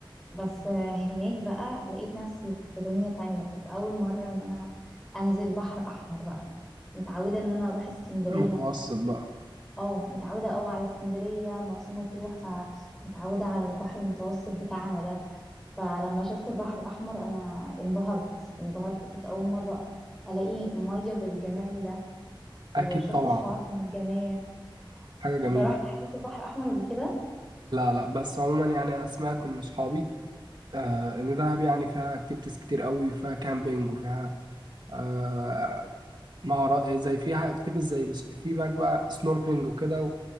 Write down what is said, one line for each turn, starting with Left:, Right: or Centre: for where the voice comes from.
Centre: بس آه، هناك بقى لقيت نفسي في دنيا تانية كنت اول مره ان انا انزل بحر احمر بقى متعوده ان انا اروح اسكندريه
Right: المتوسط بقى
Centre: اه متعودة اه على اسكندرية مرسى مطروح فمتعودة على البحر المتوسط بتاعنا ده فلما شفت البحر الأحمر أنا انبهرت انبهرت كنت أول مرة ألاقي مية بالجمال ده وشفت
Right: أكيد طبعا
Centre: الشعاب المرجانية
Right: حاجة جميلة
Centre: انت رحت حاجة في البحر الأحمر قبل كده؟
Right: لا لا بس عموما يعني أنا سمعت من أصحابي آه إن دهب يعني فيها أكتيفيتيز كتير قوي فيها كامبينج وفيها آه، مهارات إيه، زي فيها اكتيفيتيز زي الس- في هناك بقى سنوركلينج وكده